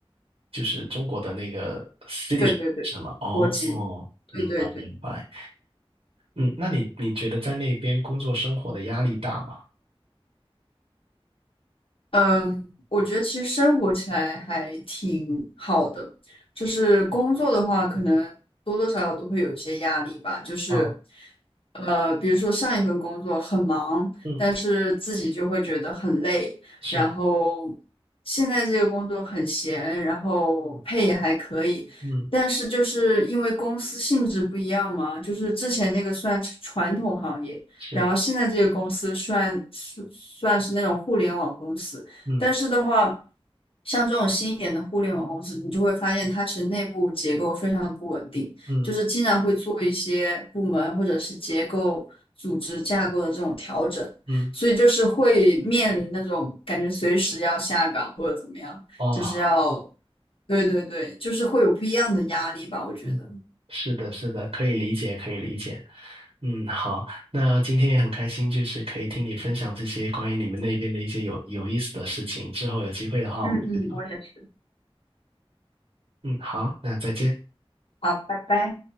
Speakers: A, on the right; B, on the left.
A: 就是中国的那个 city
B: 对对对，
A: 什么？哦哦，
B: 国籍，
A: 明白明白。
B: 对对对。
A: 嗯，那你你觉得在那边工作生活的压力大吗？
B: 嗯，我觉得其实生活起来还挺好的，就是工作的话，可能多多少少都会有一些压力吧。就是，
A: 啊，
B: 呃，比如说上一份工作很忙，
A: 嗯，
B: 但是自己就会觉得很累，
A: 是，
B: 然后现在这个工作很闲，然后配也还可以，
A: 嗯
B: 但是就是因为公司性质不一样嘛，就是之前那个算是传统行业。
A: 是，
B: 然后现在这个公司算是算是那种互联网公司，
A: 嗯
B: 但是的话，像这种新一点的互联网公司，你就会发现它其实内部结构非常的不稳定，
A: 嗯
B: 就是经常会做一些部门或者是结构、组织架构的这种调整，
A: 嗯，
B: 所以就是会面临那种感觉随时要下岗或者怎么样，
A: 哦，
B: 就是要，对对对，就是会有不一样的压力吧，我觉得。
A: 嗯，是的，是的，可以理解，可以理解。嗯，好，那今天也很开心，就是可以听你分享这些关于你们那边的一些有有意思的事情。之后有机会的话，
B: 嗯嗯，
A: 我们再聊。
B: 我也是。
A: 嗯，好，那再见。
B: 好，拜拜。